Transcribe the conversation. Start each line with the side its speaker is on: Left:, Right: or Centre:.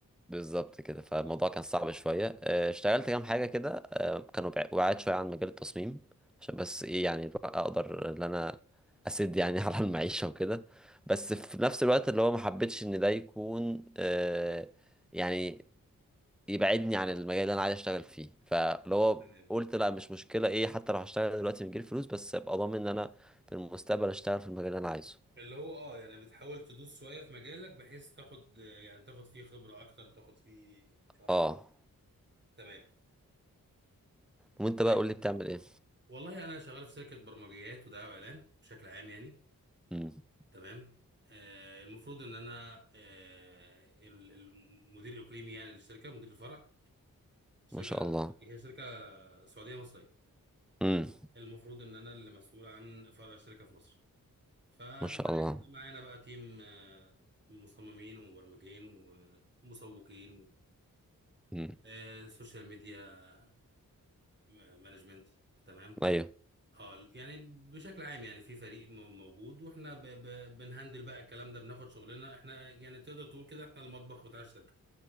Centre: بالظبط كده فالموضوع
Right: تمام.
Centre: كان صعب شوية آه، اشتغلت كام حاجة كده آه، كانوا بع- بعاد شوية عن مجال التصميم عشان بس ايه يعني بقى اقدر ان انا اسد يعني <laughs> على المعيشة وكده بس في نفس الوقت اللي هو ما حبيتش
Right: الله يعينك.
Centre: ان ده يكون آه، يعني يبعدني عن المجال اللي انا عايز اشتغل فيه فاللي هو
Right: تمام.
Centre: قلت لا مش مشكلة ايه حتى لو هشتغل دلوقتي من غير فلوس بس ابقى ضامن ان انا في المستقبل اشتغل في المجال اللي انا عايزه
Right: اللي هو اه يعني بتحاول تدوس شوية في مجالك بحيث تاخد يعني تاخد فيه خبرة اكتر تاخد فيه الكلام
Centre: اه
Right: ده تمام
Centre: وانت بقى
Right: طيب
Centre: قول لي بتعمل ايه
Right: والله انا شغال في شركة برمجيات ودعاية واعلان بشكل عام يعني
Centre: امم
Right: تمام آه المفروض ان انا آه ال- المدير الاقليمي يعني للشركه مدير الفرع شركه
Centre: ما شاء الله
Right: هي شركه سعوديه مصريه
Centre: امم
Right: المفروض ان انا اللي مسؤول عن فرع الشركه في مصر فمعانا
Centre: ما شاء الله
Right: معانا بقى تيم آه مصممين ومبرمجين ومسوقين و-
Centre: مم.
Right: آه سوشيال ميديا آه، مانجمنت تمام
Centre: ايوه
Right: اه يعني بشكل عام يعني في فريق م- موجود واحنا ب- ب- بنهندل بقى الكلام ده بناخد شغلنا احنا يعني تقدر تقول كده احنا المطبخ بتاع الشركه